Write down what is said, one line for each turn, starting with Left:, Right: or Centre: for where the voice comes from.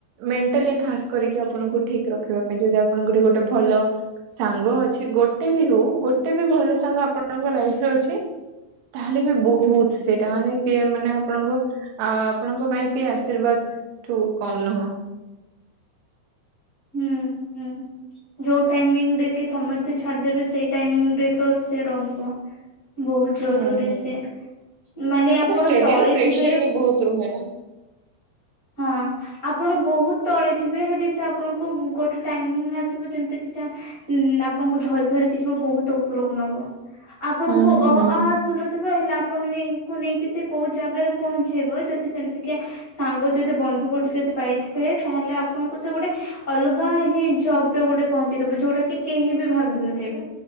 Right: ମେଣ୍ଟାଲି ଖାସ୍ କରିକି ଆପଣଙ୍କୁ ଠିକ୍ ରଖିବା ପାଇଁ ଯଦି ଆପଣଙ୍କଠି ଗୋଟେ ଭଲ ସାଙ୍ଗ ଅଛି ଗୋଟେ ବି ହଉ ଗୋଟେ ବି ଭଲ ସାଙ୍ଗ ଆପଣଙ୍କ ଲାଇଫରେ ଅଛି ତା ହାଲେ ବି ବହୁତ ସେଇଟା ମାନେ ସିଏ ମାନେ ଆପଣଙ୍କ ଆପଣଙ୍କ ପାଇଁ ସିଏ ଆସ ତିରର୍ବାତଠୁ କଲ୍ ନୁହଁ।
Left: ହୁଁ ହୁଁ ଯୋଉ ଟାଇମିଂରେ କି ସମସ୍ତେ ଛାଡ଼ିଦେବେ ସେଇ ଟାଇମିଙ୍ଗରେ ତ ସେ ରହିବ। ବହୁତ
Right: ହୁଁ
Left: ଜରୁରୀ
Right: ହୁଁ
Left: ସେ ମାନେ
Right: ତାପରେ
Left: ଆପଣ
Right: ଷ୍ଟଡିର
Left: ତଳେ
Right: ପ୍ରେସର
Left: ଥିବେ
Right: ବି ବହୁତ ରୁହେ ନା।
Left: ହଁ ଆପଣ ବହୁତ ତଳେ ଥିବେ ହେଲେ ସେ ଆପଣଙ୍କୁ ଗୋଟେ ଟାଇମିଂ ଆସିବ ଯେମିତି କିସେ ଉ ଆପଣଙ୍କୁ ଧରି ଧରିକି ଯିବା ବହୁତ ଉପରକୁ ନବ। ଆପଣଙ୍କୁ
Right: ହୁଁ ହୁଁ
Left: ଅ ଆ ଆସୁନଥିବ ହେଲା ଆ ପନ ନେଇଙ୍କୁ ନେଇକି ସେ କୋଉ ଜାଗାରେ ପହଞ୍ଚେଇବ ଯଦି ସେମିତି କିଏ ସାଙ୍ଗ ଯଦି ବନ୍ଧୁ ଗୋଟେ ଯଦି ପାଇଥିବେ ତାହେଲେ ଆପଣଙ୍କୁ ସେ ଗୋଟେ ଅଲଗା ହିଁ ଜବ ରେ ଗୋଟେ ପହଞ୍ଚିଦବ ଯୋଉଟା କି କେହି ବି ଭାବି ନଥିବେ